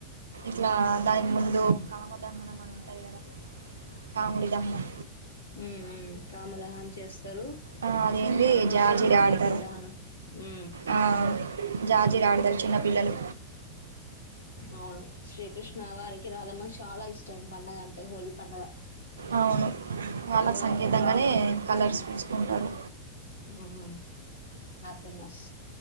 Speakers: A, on the right; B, on the left.
A: ఇట్లా దానికి ముందు కామ దహనం అని అదేకదా కాముడి దహనం
B: ఉమ్ ఉమ్ కామదహనం చేస్తారు
A: ఆ అదేంది
B: తర్వాత
A: జార్జిరి
B: హోలికా
A: ఆడతారు
B: దహనం ఊ
A: ఆ జార్జిరి ఆడతారు చిన్నపిల్లలు
B: అవును శ్రీకృష్ణ వారికి రాదమ్మకి చాలా ఇష్టం పం డుగ అంటే హోలీ పండుగ
A: అవును వాళ్ళకు సంకేతంగానే
B: ఆడుకుంటారు
A: కలర్స్ పూసుకుంటారు.
B: ఉమ్ హ్యాపీనెస్